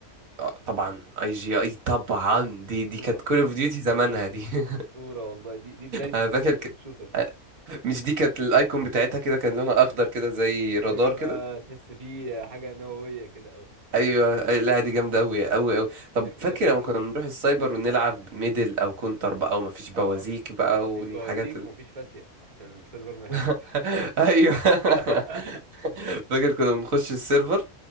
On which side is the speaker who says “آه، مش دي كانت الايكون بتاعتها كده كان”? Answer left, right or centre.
Right